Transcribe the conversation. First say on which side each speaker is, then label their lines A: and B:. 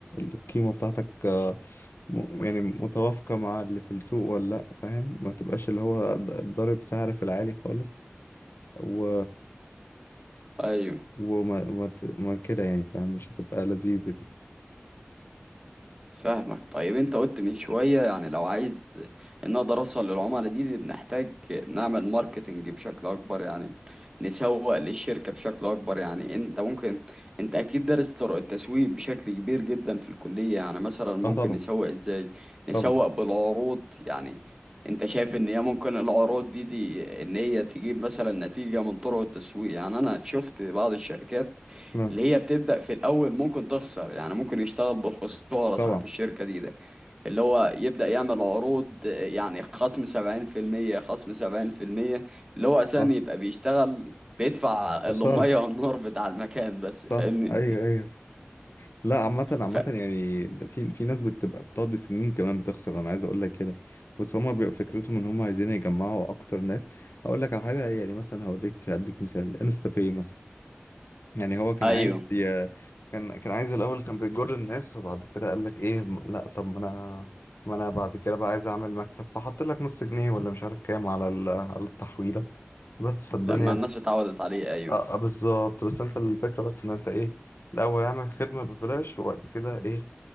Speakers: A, on the left (about 65°); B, on the right (about 20°).
A: القيمة بتاعتك آه، م- يعني متوافقة مع اللي في السوق ولا لا فاهم ما تبقاش اللي هو ض- ضارب سعر في العالي خالص و
B: أيوه
A: وما وما ت- ما كده يعني فاهم مش هتبقى لذيذة دي
B: فاهمك طيب انت قلت من شوية يعني لو عايز ان اقدر اوصل للعملاء دي بنحتاج نعمل ماركتنج بشكل اكبر يعني نسوق للشركة بشكل اكبر يعني انت ممكن انت اكيد دارس طرق التسويق بشكل كبير جدا في الكلية يعني مثلا ممكن
A: اه طبعا
B: نسوق ازاي نسوق
A: طبعا
B: بالعروض يعني انت شايف ان هي ممكن العروض دي دي ان هي تجيب مثلا نتيجة من طرق التسويق يعني انا شفت بعض الشركات
A: آه،
B: اللي هي بتبدأ في الأول ممكن تخسر يعني ممكن يشتغل بالخسارة
A: طبعا
B: صاحب الشركة دي ده اللي هو يبدأ يعمل عروض آه، يعني خصم 70% خصم 70% اللي هو أساسا
A: صح
B: يبقى بيشتغل بيدفع
A: خسارة
B: المية والنور بتاع المكان بس
A: صح
B: فاهمني
A: ايوه ايوه صح. لا عامة عامة
B: ف...
A: يعني في في ناس بتبقى بتقعد بالسنين كمان بتخسر انا عايز اقول لك كده بس هما بيبقى فكرتهم ان هما عايزين يجمعوا اكتر ناس هقول لك على حاجة يعني مثلا هوريك اديك مثال انستا باي مثلا يعني هو كان
B: أيوه
A: عايز ي... كان كان عايز الاول كان بيجر الناس وبعد كده قال لك ايه م- لا طب ما انا ما انا بعد كده بقى عايز اعمل مكسب فحط لك نص جنيه ولا مش عارف كام على ال... على التحويله بس فالدنيا
B: لما الناس اتعودت عليه أيوه
A: اه آه، بالظبط بس انت الفكره بس ان انت ايه الاول اعمل خدمه ببلاش وبعد كده ايه